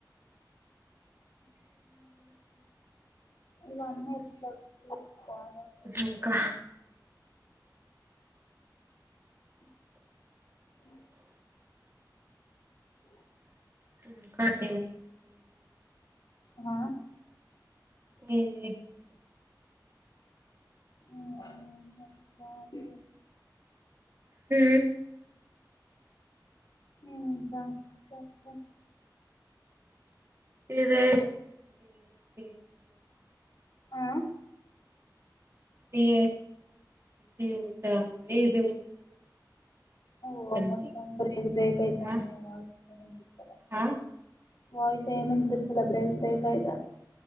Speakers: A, on the left; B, on the right.
A: ఇవన్నీ ఎట్లా
B: ఇంకా ఇంకా ఏమి జనాం వా
A: ఆ
B: నేను ఇస్తు
A: ఉ చెప్పాలి
B: ఉ
A: ఇంకా చెప్పు
B: ఇదే ఇంకా <unintelligible>
A: ఆ
B: <unintelligible> ఏం లేదు
A: ఓ
B: అంతే
A: మొత్తం బ్రేక్ బ్రేక్ అయితాంది
B: ఆ
A: వాయిస్ ఏం వినిపిస్తలే
B: ఆ
A: వాయిస్ ఏమి వినిపిస్తలే బ్రే బ్రేక్ అయిత